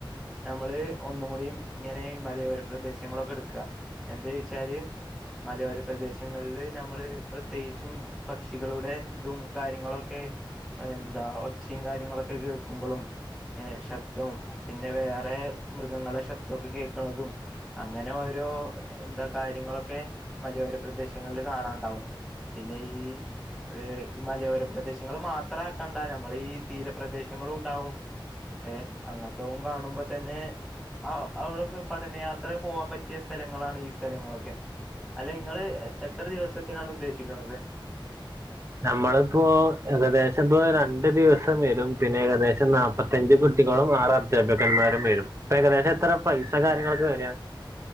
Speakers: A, in the centre; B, on the right.
A: നമ്മള് ഒന്നും കൂട ഇങ്ങനെ മലയോര പ്രദേശങ്ങളൊക്കെ എടുക്കുക എന്ത- മലയോര പ്രദേശങ്ങളില് നമ്മള് പ്രത്യേകിച്ചും പക്ഷികളുടെ ഇതും കാര്യങ്ങളൊക്കെ- എന്താ ഒച്ചയും കാര്യങ്ങളൊക്കെ കേൾക്കുമ്പോഴും ഏ ശബ്ദവും പിന്നെ വേറെ മൃഗങ്ങളെ ശബ്ദമൊക്കെ കേൾക്കണതും- അങ്ങനെ ഓരോ എന്താ കാര്യങ്ങളൊക്കെ മലയോര പ്രദേശങ്ങളിൽ കാണാൻ- ഉണ്ടാവും പിന്നെ ഈ- ഈ മലയോര പ്രദേശങ്ങള്ൾ മാത്ര ആക്കണ്ട നമ്മൾ ഈ തീരപ്രദേശങ്ങളും ഉണ്ടാവും ഏ അങ്ങനത്തും കാണുമ്പോ തന്നെ ആ അവിടെൊക്കെ പഠനയാത്ര പോവാൻ പറ്റിയ സ്ഥലങ്ങളാണ് ഈ സ്ഥലങ്ങളൊക്കെ- അല്ല നിങ്ങള് എത്ര ദിവസത്തിനാണ് ഉദ്ദേശിക്കുന്നത്
B: നമ്മളിപ്പോൊ ഏകദേശം പപ്പോ രണ്ടു ദിവസം വരും പിന്നെ ഏകദേശം നാല്പ്പത്തഞ്ച് കുട്ടികളും ആറ് അധ്യാപകന്മാരും വരും അപ്പ ഏകദേശം എത്ര പൈസ കാര്യങ്ങളൊക്കെ വരിക